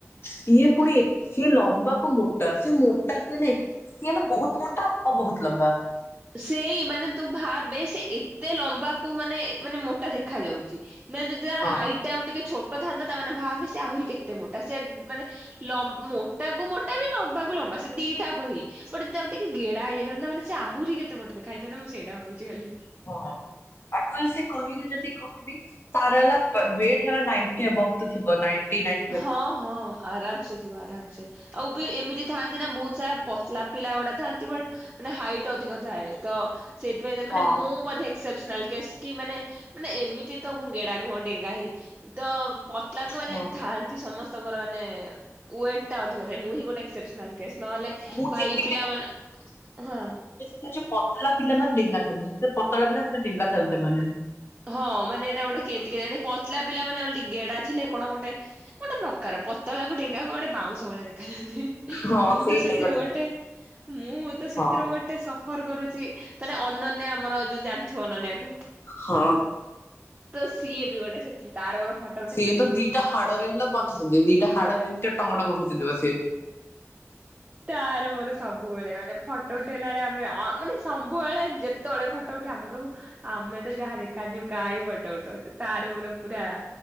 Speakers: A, on the left (about 50°); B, on the right (about 25°).
A: ସିଏ ପୁଣି ଏ ସିଏ ଲମ୍ବାକୁ ମୋଟା ସିଏ ମୋଟା କହିଲେ ଏ ସିଏ ହେଲା ବହୁତ୍ ମୋଟା ଆଉ ବହୁତତ୍ ଲମ୍ବା।
B: ସେଇ ମାନେ ତୁ ଭାବେ ସେ ଏତେ ଲମ୍ବାକୁ ମାନେ ମାନେ ମୋଟା ଦେଖା ଯାଉଛି। ମାନେ ଯଦି ତାର
A: ହଁ
B: ହାଇଟ୍ ଟା ଆଉ ଟିକେ ଛୋଟ ଥାଆନ୍ତା ତା ମାନେ ଭାବେ ସେ ଆହୁରି କେତେ ମୋଟା ସେ ମାନେ ଲମ୍ ମୋଟା କୁ ମୋଟା ବି ଲମ୍ବା କୁ ଲମ୍ବା ସେ ଦିଟାକ ହି ଗୋଟେ ଯଦି ଆଉ ଟିକେ ଗେଡ଼ାଇଯାଇଥାନ୍ତା ମାନେ ସେ ଆହୁରି କେତେ ମୋଟା ଦେଖା ହେଇଥାନ୍ତା ମୁଁ ସେଇଟା ଭାବୁିଛି ଖାଲି।
A: ହଁ ପାଖରେ ସେ କହିଲେ ଯଦି କ ବି ତାର ହେଲା ୱେଟ ହେଲା ନାଇଣ୍ଟି ଏବଭ୍ ତ ଥିବ ନାଇଁଟି ନାଇଁନ
B: ହଁ ହଁ। ଆରାମ୍ ସେ ଥିବ ଆରାମ୍ ସେ ଆଉ ବି ଏମିତି ଥାଆନ୍ତି ନା ବହୁତ୍ ସାରା ପତଲା ପିଲା ଗୁଡା ଥାଆନ୍ତି ବଟ୍ ମାନେ ହାଇଟ୍ ଅଧିକ ଥାଏ ତ ସେଇଥିପାଇଁ
A: ହଁ
B: ମାନେ ମୁଁ ବଧେ ସପ୍ସନାଲ୍ କେଶ୍ ମାନେ ମାନେ ଏମିତି ତ ମୁଁ ଗେଡା ନୁହଁ ଡେଙ୍ଗା ହି ତ ପତଲା କୁ ମାନେ
A: ହଁ
B: ଥାନ୍ତି ସମସ୍ତଙ୍କର ମାନେ ୱେଟ୍ ଟା ଅଧିକ ଥାଏ ମୁଁ ହିଁ ଗୋଟେ ଏକ୍ସେପସନାଲ କେସ୍। ନହେଲେ
A: ମୁଁ
B: ଭାଇ
A: ଯେତିକି
B: ପିଲାମାନେ ହଁ।
A: ସେ ଯୋଉ ପତଳା ପିଲାମାନେ ଡେଙ୍ଗା ଥାନ୍ତି ସେ ପତଳା ପିଲା ସେ ଦେଙ୍ଗଥାନ୍ତି ସେମାନେ।
B: ହଁ ମାନେ ଏଇଟା ଗୋଟେ କେମିତି କେୟାଣି ପତଲା ପିଲାନେ ଗେଡା ଥିଲେ କଣ ଗୋଟେ ଗୋଟେ ପ୍ରକାର ପତଳାକୁ ଡେଙ୍ଗା କୁ ଗୋଟେ ବାଉଁଶ ଭଳିଆ ଦେଖାଯାଆନ୍ତି <unintelligible>
A: ହଁ
B: ମୁଁ
A: ସେଇଟା
B: ତ ସେଥିରୁ
A: ହିଁ
B: ଗୋଟେ ମୁଁ ତ
A: ହଁ
B: ସେଥିରୁ ଗୋ ଟେ ସଫର କରୁଛି ମାନେ ଅନନ୍ୟା ଆମର ଯୋଉ ଜାଣିଥିବ ଅନନ୍ୟା କୁ।
A: ହଁ।
B: ତ ସିଏ ବି ଗୋଟେ ତାର ମର ଫଟ
A: ସିଏ ତ ଦିଟା ହାଡରେ ହେଲା ବଞ୍ଚୁଛନ୍ତି ଦିଟା ହାଡ ରେ ଏମିତି ଟଙ୍ଗ ଟଙ୍ଗ ହଉଛନ୍ତି ବା ସିଏ।
B: ତାର ମୋର ସବୁବେଳେ ମାନେ ଫଟୋ ଉଠେଇଲା ବେଳେ ଆମେ ମାନେ ସବୁବେଳେ ଯେତ ତଳେ ଫଟୋ ଉଠି ଆମେ କହିବୁ ଆମେ ତ ଯାହା ଦେଖା ଯିବୁ କାହିଁ ଫଟ ଉଠଉଛୁ ତାର ମୋର ପୁରା